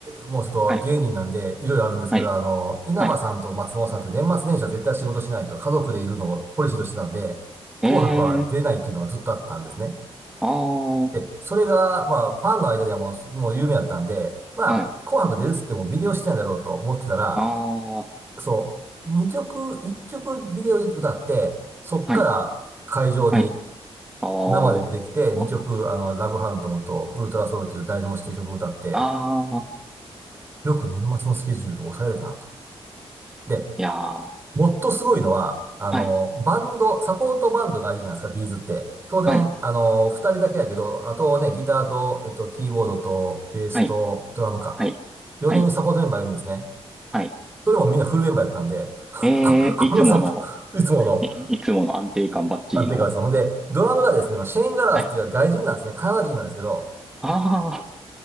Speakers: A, on the right (about 20°); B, in the centre.
A: もうちょっと芸人なんで、
B: はい、
A: いろいろあるんですけど、
B: はい、
A: あのー稲葉さんと松本さんって年末年始は絶対仕事しないと、
B: はい。
A: 家族でいるのをポリシーとしてたんで、紅白は出ないっていうのがずっとあったんですね。
B: えー、あー、
A: で、それが、まあ、ファンの間ではもう、もう有名だったんで、まあ、
B: はい、
A: 紅白出るっつってもビデオしてないだろうと思ってたら、
B: あー、
A: そう、2曲、1曲ビデオで歌って、そっから会場に
B: はい、はい、あー、
A: 生でできて、2曲、あの、ラブハントムとウルトラソウルという誰でも知ってる曲を歌って、
B: あー、
A: よく年末のスケジュールを抑えれたなと。で、
B: いやー、
A: もっとすごいのは、あの、
B: はい、
A: バンド、サポートバンドがあるじゃないですか、ビーズって。当然、
B: はい、
A: あの、二人だけだけど、あとね、ギターと、えっと、キーボードと、ベースと、
B: はい、
A: ドラムか。
B: はい、
A: 4人サポートメンバーがいるんですね。
B: はい、はい。
A: それもみんなフルメンバーやったんで、<laughs> こ、
B: えー、いつもの、
A: このサポ、いつもの
B: <laughs> いいつもの安定感バッチリの、
A: 安定感です。ほんで、ドラムがですね、シェーン・ガラスっていう外人なんですね。
B: はい、
A: カナダ人なんですけど、
B: あ